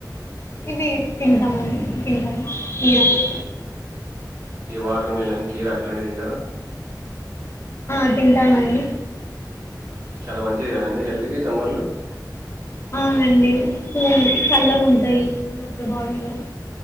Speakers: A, on the left; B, on the right.
A: ఇవి తింటామండి తింటాను ఇయాలే
B: ఈ వాటర్ మిలన్ కీరా అట్లాంటిది తింటారా
A: ఆ తింటామండి
B: చాలా మంచిది కదండి హెల్త్ కి సమ్మర్ లో
A: అవునండి చల్లగా ఉంటాయి లోపల బాడీలో